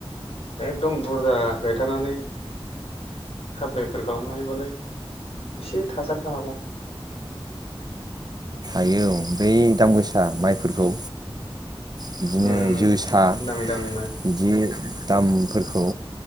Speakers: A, on the left (about 80°); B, on the right (about 40°).
A: एकदम बुरजा गायथानानै साप्लायफोर खालामनो हायोबालाय एसे थासाबनो हागौ
B: और बै दाम गोसा माइफोरखौ बिदिनो
A: उम
B: जोसा
A: दामि दामि माइ
B: बिदि दामफोरखौ